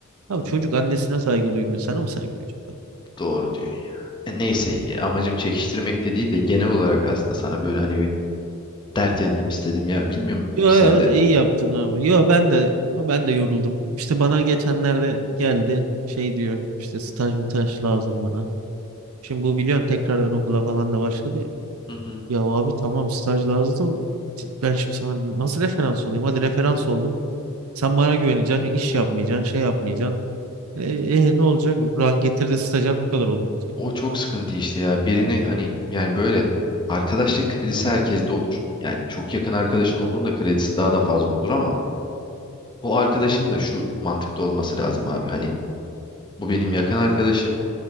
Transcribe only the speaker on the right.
Abi
çocuk
annesine saygı duymuyor. Sana mı saygı duyacak?
Yo,
yo,
iyi yaptın abi. Yo ben de ben de yoruldum. İşte bana geçenlerde geldi şey diyor işte staj mı taş lazım bana. Şimdi bu biliyorsun tekrardan okula falan da başladı ya.
Ya abi tamam staj lazım. Ben şimdi sana nasıl referans olayım? Hadi referans oldum. Sen bana güveneceksin, iş yapmayacaksın, şey yapmayacaksın. E, e, ne olacak? Buran getirdi stajyer bu kadar oldu. diyecek.